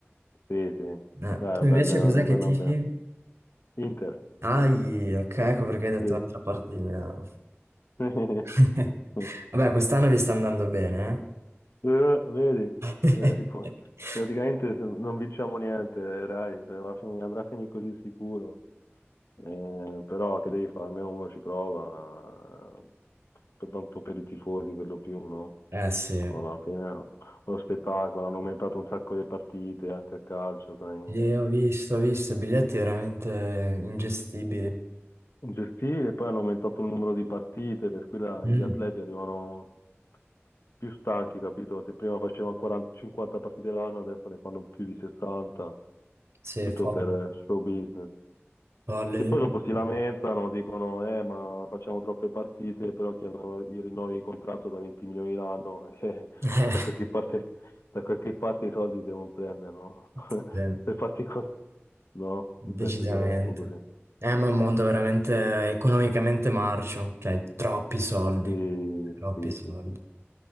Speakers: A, on the left; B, on the right.
A: Sì, sì,
B: Eh,
A: Dai,
B: tu
A: è un
B: Invece
A: bel, è un
B: cos'è che
A: bel
B: tifi?
A: ambiente. Inter,
B: Ai, ok, ecco perché hai detto
A: sì.
B: un'altra parte di Milano.
A: <laughs>
B: <laughs> Vabbè, quest'anno vi sta andando bene,
A: Eh, vedi,
B: eh?
A: Eh, si può-
B: <laughs>
A: praticamente se non vinciamo niente, Rai, cioè, va a fini- andrà a finire così sicuro, Eh, però che devi fare, almeno uno ci prova, eh, per tanto per i tifosi per lo più, no?
B: Eh sì,
A: No, no, Alla fine è uno spettacolo, hanno aumentato un sacco le partite anche a calcio, sai?
B: Sì, ho visto, ho visto, i biglietti veramente ingestibili.
A: gestire, poi hanno aumentato il numero di partite, per cui la-
B: Mm,
A: gli atleti arrivano più stanchi, capito? Se prima facevano 40, 50 partite l'anno, adesso ne fanno più di 60,
B: Sì,
A: tutto
B: folle,
A: per show business.
B: folle.
A: Che
B: Dove-
A: poi dopo si lamentano, dicono, eh, ma facciamo troppe partite, però chi hanno i rinnovi di contratto da 20 milioni l'anno, <laughs> eh,
B: Eh,
A: cioè da qualche parte, da qualche parte i soldi devono prendere, no?
B: <laughs>
A: <laughs>
B: sì,
A: Per farti con... No,
B: decisamente.
A: io penso che vada un po' così.
B: Eh, ma è un mondo veramente economicamente marcio, cioè troppi soldi,
A: Sì,
B: troppi
A: sì,
B: soldi.
A: sì, sì,